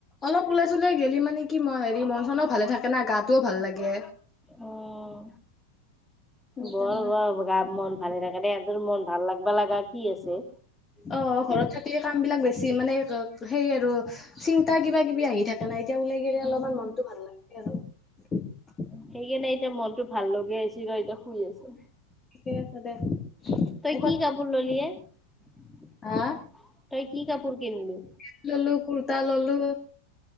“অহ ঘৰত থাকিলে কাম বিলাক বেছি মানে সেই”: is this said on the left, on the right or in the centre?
Left